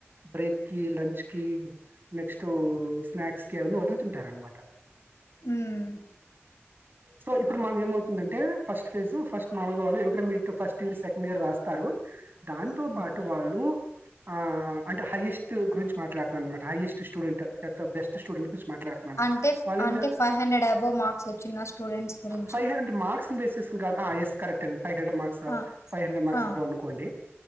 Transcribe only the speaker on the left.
హమ్
హ్మ్.
అంటే,
అంటే ఫైవ్ హండ్రెడ్ అబోవ్ మార్క్స్ వచ్చిన స్టూడెంట్స్ గురించి
ఆ!
ఆ!